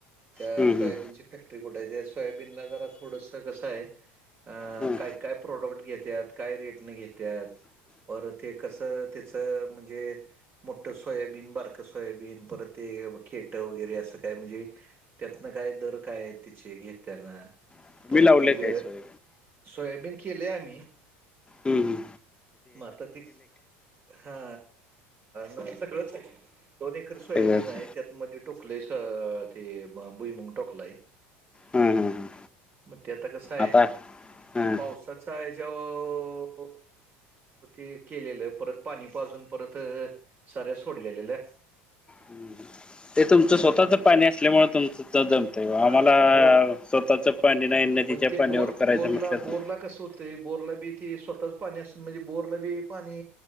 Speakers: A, on the right (about 35°); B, on the left (about 15°).
A: त्या
B: हम्म,
A: सोयाबीनची.
B: हम्म.
A: फॅक्टरी कुठे आहे त्या सोयाबीनला जरा थोडंस कसं आहे. अ
B: हम्म.
A: काय काय प्रोडक्ट घेत्या काय रेटने घेत. त्यात बर ते कसं त्याचं म्हणजे मोठं सोयाबीन बारकं सोयाबीन परत ते खेट वगैरे असं काय म्हणजे. त्यातनं काय दर काय आहे तिचे घेत्यांना
B: तुम्ही
A: परत
B: लावले
A: ते
B: काय
A: वेळ
B: सोय
A: सोयाबीन केले आम्ही.
B: हम् हम.
A: मग आता त हा नाही सगळंच आहे. दोन एकर सोयाबीन
B: सगळंच
A: आहे त्यातमध्ये टोकले ते बुईमंग टोकलाय.
B: हम्म, हम्म, हम्म.
A: मग ते आता कस आहे
B: आता हं.
A: पावसाचा याच्यावर हो. ते केलेलं परत पाणी पाजून परत साऱ्या सोडलेल्याल्या.
B: हम्म. ते तुमचं स्वतःच पाणी असल्यामुळे तुमच जमत हो
A: हां,
B: आम्हाला
A: ते बोर
B: स्वतःच पाणी नाही. नदीच्या
A: पण ते
B: पाण्यावर
A: बोर
B: करायचं
A: बोरला
B: म्हटलं
A: बोरला
B: तर
A: कसं होतंय बोरला बी. त स्वतःच पाणी असून म्हणजे बोरला बी पाणी